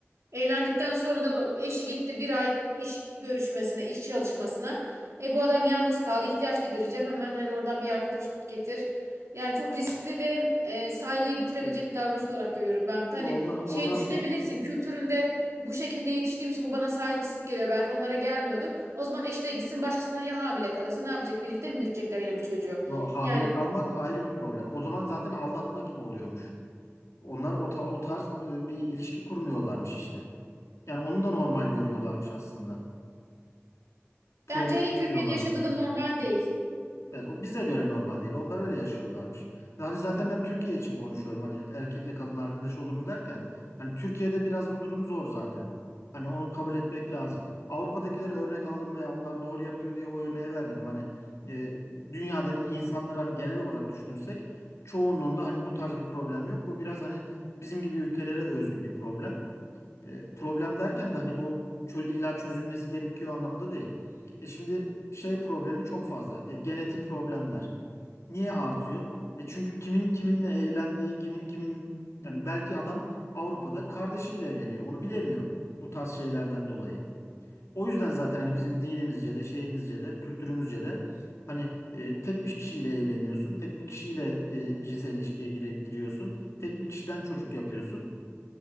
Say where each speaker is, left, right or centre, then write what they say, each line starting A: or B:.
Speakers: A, on the right; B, on the left.
A: Evlendikten sonra da bu- eşi gitti bir ay iş görüşmesine, iş çalışmasına. E bu adam yalnız kaldı, ihtiyaç gidereceğim. Hemen hani oradan bir arkadaş tut getir. Yani çok riskli ve e, saygıyı bitirebilecek
B: E,
A: bir davranış olarak görüyorum ben. Hani
B: Onlar,
A: şey
B: onlar
A: düşünebilirsin,
B: o, o-
A: kültüründe bu şekilde yetiştiğim için bu bana saygısızlık geliyor. Belki onlara gelmiyordur. O zaman eşi de gitsin, başkasından ya hamile kalırsa ne yapacak? Birlikte mi büyütecekler yine bu çocuğu?
B: o hamile
A: Yani
B: kalmak ayrı bir problem. O zaman zaten aldatma gibi oluyormuş. Onlar o, ta- o tarz e, bir ilişki kurmuyorlarmış işte. Yani onu da normal görüyorlarmış aslında. Problem
A: bence her iki ülkenin
B: diyorlarmış.
A: yaşadığı da normal değil.
B: Yani o bize göre normal değil. Onlar öyle yaşıyorlarmış. Yani zaten ben Türkiye için konuşuyorum. Hani erkekle kadın arkadaş olur mu derken. Hani Türkiye'de biraz bu durum zor zaten. Hani onu kabul etmek lazım. Avrupa'dakileri örnek alalım veya onlar doğru yapıyor diye o örneği vermedim. Hani e, dünyadaki insanları hani genel olarak düşünürsek çoğunluğunda hani bu tarz bir problem yok. Bu biraz hani bizim gibi ülkelere özgü bir problem. E, problem derken de hani bu çö- illa çözülmesi gerekiyor anlamında değil. E şimdi şey problemi çok fazla. E, genetik problemler. Niye artıyor? E çünkü kimin kiminle evlendiği, kimin kimin yani belki adam Avrupa'da kardeşiyle evleniyor. Onu bilemiyor bu tarz şeylerden dolayı. O yüzden zaten hani bizim dinimizce de şeyimizce de kültürümüzce de hani e, tek bir kişiyle evleniyorsun. Tek bir kişiyle e, cinsel ilişkiye gire- giriyorsun. Tek bir kişiden çocuk yapıyorsun.